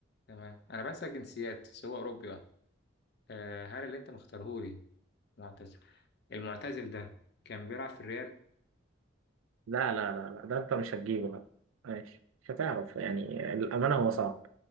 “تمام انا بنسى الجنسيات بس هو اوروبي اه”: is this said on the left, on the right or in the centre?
Left